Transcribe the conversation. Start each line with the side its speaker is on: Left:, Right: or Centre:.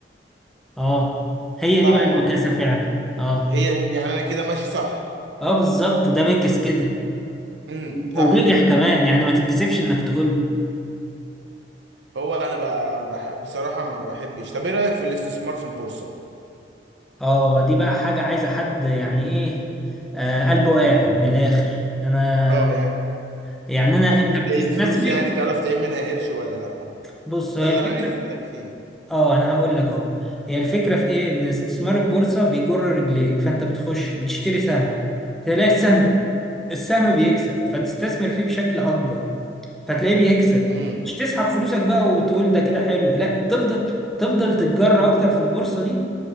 Centre: اه هي
Right: صح
Centre: دي بقى البكاسه
Right: ولا إيه؟
Centre: فعلا اه
Right: هي دي يعني انا كده ماشي صح
Centre: اه بالظبط ده بكس كده
Right: امم
Centre: وبجح
Right: صح كده
Centre: كمان يعني ما تتكسفش انك تقول له
Right: هو انا ب... بح... بصراحه ما بحبش طب ايه رايك في الاستثمار في البورصه
Centre: اه دي بقى حاجه عايزه حد يعني ايه آه قلبه قاعد من الاخر انا
Right: اه يعني
Centre: يعني انا
Right: ممكن
Centre: انت بتستثمر
Right: تعين فلوس يعني تعرف تعين منها قرش ولا لا
Centre: بص
Right: ده
Centre: هي
Right: اللي
Centre: الفكره
Right: انا عايز اسالك فيه
Centre: اه انا هقول لك اهو هي الفكره في ايه ان استثمار البورصه بيجر رجليك فانت بتخش بتشتري سهم تلاقي السهم السهم بيكسب فتستثمر فيه بشكل اكبر فتلاقيه بيكسب
Right: امم
Centre: مش تسحب فلوسك بقى وتقول ده كده حلو لا تفضل تفضل تتجر اكتر في البورصه دي